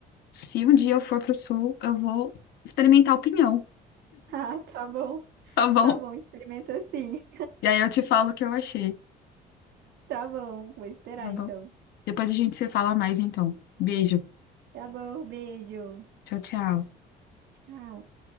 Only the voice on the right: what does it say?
Ah, tá bom.
Tá bom, experimenta assim.
Tá bom, vou esperar
então.
Tá bom, beijo.
Tchau.